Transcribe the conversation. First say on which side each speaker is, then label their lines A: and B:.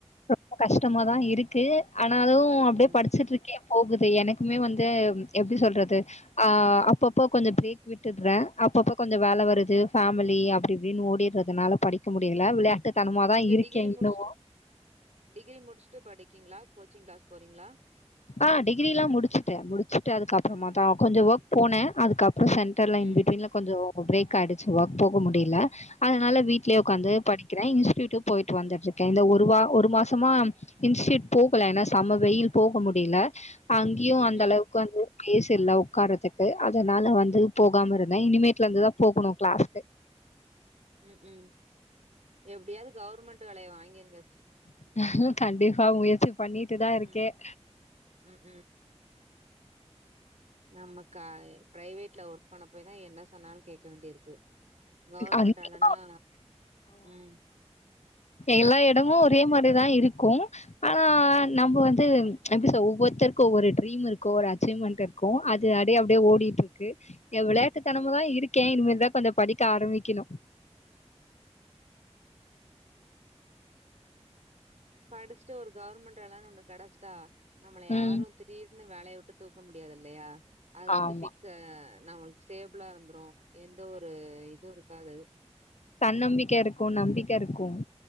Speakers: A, on the left; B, on the right.
A: ரொம்ப கஷ்டமாதான் இருக்கு ஆனாலும் அப்படியே
B: ம்
A: படிச்சுட்டு இருக்கே போகுது எனக்குமே வந்து எப்படி சொல்றது ஆஹ் அப்பப்போ கொஞ்சம் பிரேக் விட்டுறேன் அப்பப்போ கொஞ்சம் வேலை வருதுஃபேமிலி அப்படி இப்படின்னு ஓடிடுறதுனால படிக்க முடியலை விளையா தனம தான்
B: நீங்க
A: இருக்கேன்
B: டிகிரி
A: இன்னமும்
B: முடிச்சுட்டு டிகிரி முடிச்சுட்டு படிக்கீங்களா கோச்சிங் கிளாஸ் போறீங்களா
A: ஆஹ் டிகிரி எல்லாம் முடிச்சுட்டேன் முடிச்சுட்டு அதுக்க அப்புறமா
B: ஆ
A: தான் கொஞ்சம் ஒர்க் போனேன் அதுக்குப் அப்புறம் சென்டர்ல
B: ம்
A: இன் பிட்வீல கொஞ்சம் பிரேக் ஆகிடுக போக முடியும் அப்படில அதனால வீட்லயே
B: ஓகே
A: உக்காந்து படிக்குகறேன் இங்க விட்டு போயிட்டு வந்து இருக்க ஒரு மாசமா இன்ஸ்டூட் போகலன்னா சம வெயில் போக முடியு முடியல அங்கேயும்
B: ம்
A: அந்த
B: ம்
A: அளவுக்கு வந்து பேஸ் இல்ல உட்காரத்துக்கு அதனால வந்து போகாம இருந்தேன் இனிமேட்ல இருந்துதான் போகணும் கிளாஸ்க்கு
B: உம் உம் எப்படியாவது கவுர்மெண்ட் வேலையை வாங்கியிருங்க
A: <inaudible> கண்டிப்பா முயற்சி பண்ணிட்டுதான் இருக்கேன்
B: ம் ம் நம்மக்க பிரைவேட்ல ஒர்க் பண்ண போய் தான் என்ன சொன்னாலும் கேட்க வேண்டிய இருக்கு கவர்மெண்ட்லனா
A: அங்கேயும்
B: ம்
A: எல்லா இடமும் ஒரே மாரிதான் இருக்கும் ஆனா நம்ம வந்துஎப்படி சொல்றது ஒவ்வொருத்தருக்கும் ஒவ்வொரு ட்ரீம் இருக்கும் ஒரு அச்சீவ்மெண்ட் இருக்கும் அது அடியே அப்டியே ஓடிட்டு இருக்கு விளையாட்டு தனமதான் இருக்கேன் இனிமிரிதான் கொஞ்சம் படிக்க ஆரம்பிக்கணும்
B: படிச்சுட்டு ஒரு கவர்மெண்ட் வேலைாம்ன்னனு ஒண்ணு கெடைச்சிட்டா நம்மள
A: உம்
B: யாரும் திடீர்னு வேலய விட்டு தூக்க முடியாது இல்லயா அது வந்து
A: ஆமா
B: பிக்ஸ் ந அவளுக்கு ஸ்டேபிளா இருந்தரும் எந்த ஒரு இதுவும் இருக்காது
A: தன்னம்பிக்க இருக்கோம் நம்பிக்க இருக்கோம்